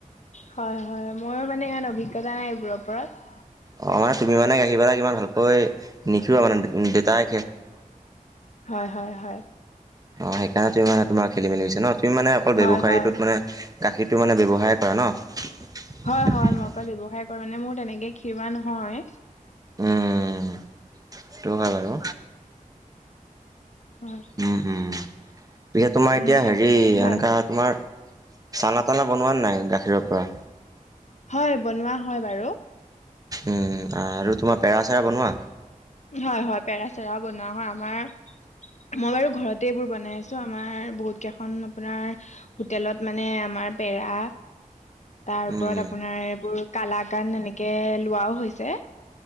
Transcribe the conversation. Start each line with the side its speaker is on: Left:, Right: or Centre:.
Left: হয় হয়। মইও মানে ইমান অভিজ্ঞতা নাই। এইবোৰৰ ওপৰত।
Right: অ' মানে তুমি মানে আহি পেলা কিমান ভালকৈ নিশি মানে দেতাই
Left: হয় হয় হয়।
Right: অ' সেইকাৰণে তুমি মানে তোমাৰ খেলি মেলি হৈছে ন? তোমি মানে অকল
Left: হয়
Right: ব্যৱসায়ীটোত
Left: হয়
Right: মানে গাখীৰ মানে ব্যৱসায় কৰা ন?
Left: হয় হয় মই অকল ব্যৱসায় মানে মোৰ তেনেকে ক্ষীৰৱা নহয়।
Right: উম সেইটো হয় বাৰু।
Left: হয়
Right: উম উম। পিছে তোমাৰ
Left: উম,
Right: এতিয়া হেৰি
Left: হয়,
Right: এনেকা তোমাৰ চানা তানা বনোৱোৱা নাই গাখীৰৰ পৰা।
Left: হয় বনোৱা হয় বাৰু।
Right: উম আৰু তোমাৰ পেৰা চেৰা বনোৱা?
Left: হয় হয় পেৰাচেৰাও বনোৱা হয়, আমাৰ মই বাৰু ঘৰতে এইবোৰ বনাই আছো, আমাৰ বহুত কেইখন আপোনাৰ হোটেলত মানে আ আমাৰ পেৰা তাৰ
Right: উম
Left: ওপৰত আপোনাৰ এইবোৰ কালাকান এনেকে লোৱাও হৈছে।